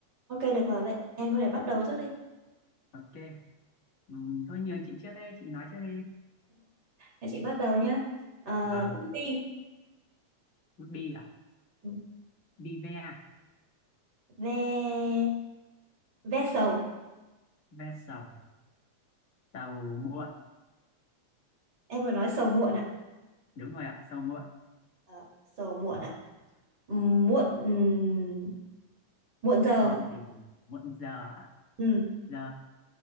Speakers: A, on the right; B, on the left.
A: Ok được rồi đấy. Em có thể bắt đầu trước đi.
B: ok Ừm, thôi nhường chị trước đây chị nói trước đi
A: Để chị bắt đầu nhá. Ờ,
B: vâng
A: bút bi.
B: đi ạ
A: Ừ.
B: đi ve
A: Ve ve sầu.
B: ve sầu sầu muộn
A: Em vừa nói sầu muộn à?
B: đúng rồi ạ sầu muộn
A: Ờ, sầu muộn à? Ừ, muộn ừm, muộn giờ.
B: muộn gì muộn giờ ạ?
A: Ừ.
B: giờ